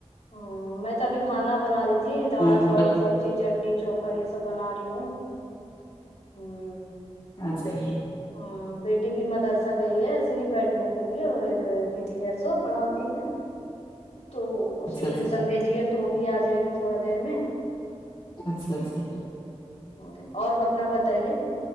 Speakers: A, on the left; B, on the left.
A: ہوں میں تو ابھی کھانا بنا رہی تھی دال
B: ہاں
A: چاول
B: بس
A: سبز حی چٹنی چوکھا یے سب بنا رہی ہوں ہمم
B: اچھا اچھا
A: ہاں بیٹی بھی مدرسہ گئی ہے بیٹھ نے کے لیے ایک دیدی ہے سو پڑھاتی ہیں تو اس کو
B: اچھا اچھا
A: ٹیوسن بھیجیی ہے تو وہ بھی ا جائے گی تھوڑا دیر میں
B: اچھا اچھا
A: ہمم اور اپنا بتائیے